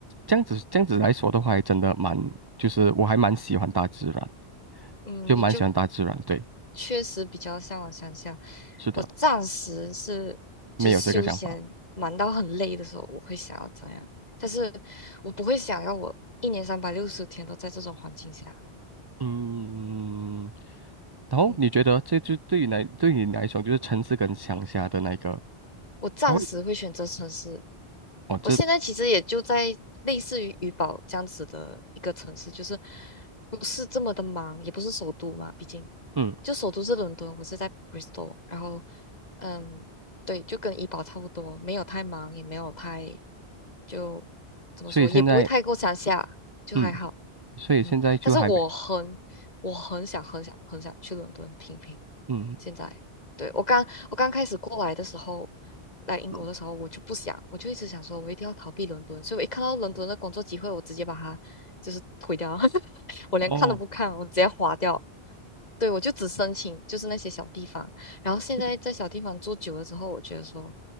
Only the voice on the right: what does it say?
这样子这样子来说的话，还真的蛮，就是我还蛮喜欢大自然，
就蛮喜欢大自然，
对，
是的，
没有这个想法。
嗯，然后你觉得这就对于来对于你来说，
就是城市跟乡下的那个，
它会哦这
嗯，
所以现在
嗯，所以现在就还没
嗯
嗯
哦，
为什